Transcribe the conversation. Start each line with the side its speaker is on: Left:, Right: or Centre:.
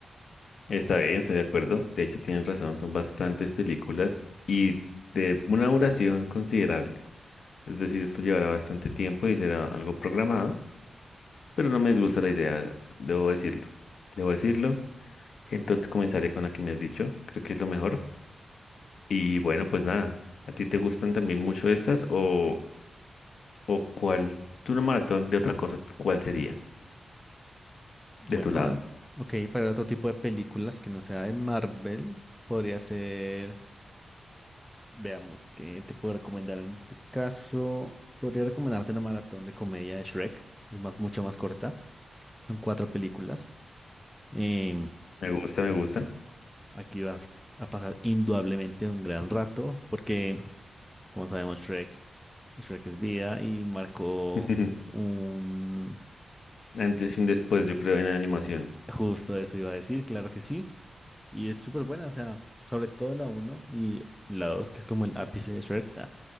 Left: Está bien, estoy de acuerdo. De hecho, tienen razón, son bastantes películas y de una duración considerable. Es decir, esto llevará bastante tiempo y será algo programado, pero no me disgusta la idea, debo decirlo. Debo decirlo. Entonces comenzaré con la que me has dicho, creo que es lo mejor. Y bueno, pues nada, ¿a ti te gustan también mucho estas o, o cuál? Tú una maratón de otra cosa, ¿cuál sería
Centre: Bueno,
Left: de tu lado?
Centre: ok, para otro tipo de películas que no sea de Marvel, podría ser... Veamos, ¿qué te puedo recomendar en este caso? Podría recomendarte una maratón de comedia de Shrek. Es más, mucho más corta. Son cuatro películas. Em,
Left: Me gusta, me gusta.
Centre: aquí vas a pasar indudablemente un gran rato porque, como sabemos, Shrek, Shrek es vida y marcó
Left: <laughs>
Centre: un...
Left: Antes y un después, yo creo, en animación.
Centre: Justo eso iba a decir, claro que sí. Y es súper buena, o sea, sobre todo la uno y la dos, que es como el ápice de Shrek, ah,